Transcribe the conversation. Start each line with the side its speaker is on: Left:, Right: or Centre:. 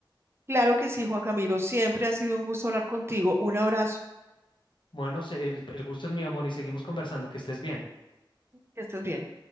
Right: Claro que sí, Juan Camilo. Siempre ha sido un gusto hablar contigo. Un abrazo.
Left: Bueno, se- el, el gusto es mío, Moni, seguimos conversando, que estés bien.
Right: Que estés bien.